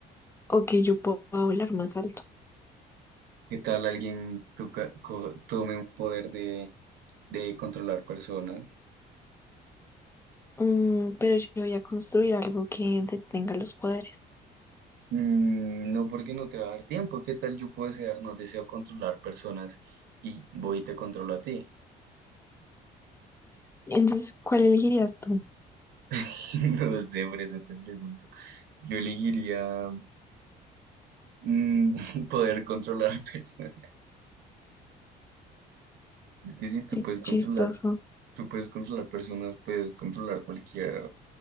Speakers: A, on the left; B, on the right.
A: o que yo pueda volar más alto.
B: ¿Qué tal alguien toca- co- tome un poder de, de controlar personas?
A: Mm, pero yo voy a construir algo que detenga los poderes.
B: Mm, No, porque no te va a dar tiempo. ¿Qué tal yo puedo desear? No deseo controlar personas y voy y te controlo a ti.
A: Entonces, ¿cuál elegirías tú?
B: <laughs> No sé, por eso te pregunto. Yo elegiría mm, <laughs> poder controlar <laughs> personas. Es que si tú
A: Qué
B: puedes
A: chistoso.
B: controlar, tú puedes controlar personas, puedes controlar cualquier